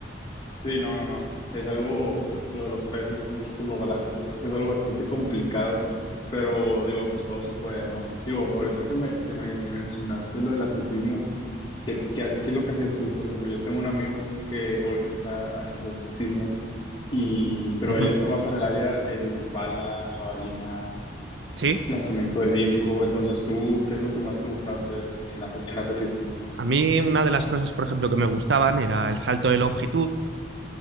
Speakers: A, on the left (about 30°); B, on the right (about 80°).
A: Sí, no, no, no. Es algo, lo de los pesos, músculo, grasa, yo creo que es algo bastante complicado. Pero digo, pues todo se puede, ¿no? Digo, ahorita que me, que me mencionaste lo del atletismo, ¿Qué, qué, has- qué es lo que hacías tú? Por ejemplo, yo tengo un amigo que ahorita está haciendo atletismo, y, pero
B: Ujú.
A: él está más en el área del bala, jabalina,
B: ¿Sí?
A: lanzamiento de disco. Entonces, ¿tú qué es lo que más te gusta hacer en, en at- en atletismo?
B: A mí una de las cosas, por ejemplo, que me gustaban era el salto de longitud,